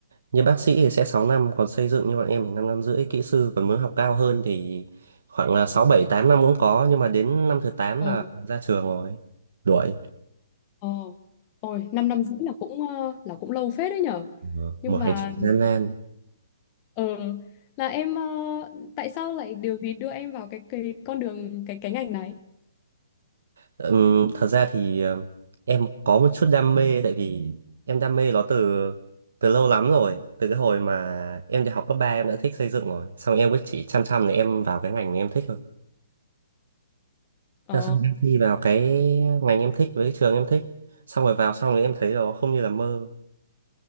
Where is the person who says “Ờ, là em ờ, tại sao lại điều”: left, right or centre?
Left